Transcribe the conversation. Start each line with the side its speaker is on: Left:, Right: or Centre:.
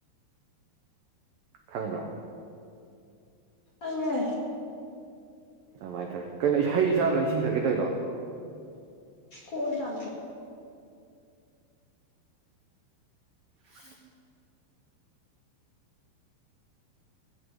Right: ꯈꯪꯕ꯭ꯔꯥ?
Left: ꯈꯪꯉꯦ꯫
Right: ꯑꯗꯨꯃꯥꯏꯅ ꯇꯧꯋꯦ ꯀꯩꯅꯣ ꯍꯩ ꯆꯥ ꯂꯣꯏꯔ ꯏꯁꯤꯡꯊꯛꯀꯦ ꯇꯧꯏꯔꯣ?
Left: ꯀꯣꯟ ꯆꯥꯝꯊꯣꯛ
Right: <inaudible>